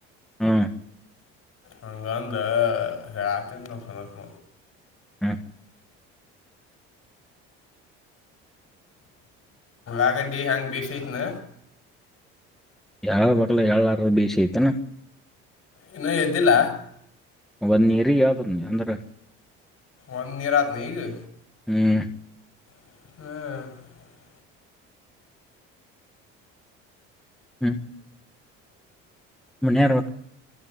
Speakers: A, in the centre; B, on the left (about 50°).
A: ಹ್ಮ್
B: ಹಂಗಂದ ಹೇಳ ಆತಿದ ನ ಸತ್
A: ಹಾಂ ಹಾ
B: ಆಗ ಹ್ಯಾಂಗ್ ಬಸೇತ್ ನ
A: ಯಾರ ಬಕ್ಲ ಯಳ್ಾರ ಬೇಸ ಐತಾನ
B: ಇನ್ನೂ ಎದ್ದಿಲ್ಲ
A: ಒಂದ ಇರ್ ಯಾವ್ದನ್ ಅಂದ್ರೆ
B: ಒಂದು ನೀರತ್ ನ ಗ
A: ಹ
B: ಹ್ಮ್
A: ಹ್ಮ್ ಮುನ್ನರ್